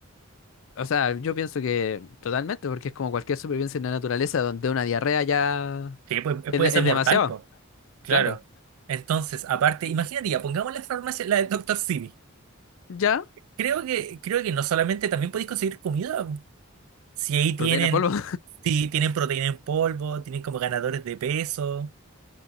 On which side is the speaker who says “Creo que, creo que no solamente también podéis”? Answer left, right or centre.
Right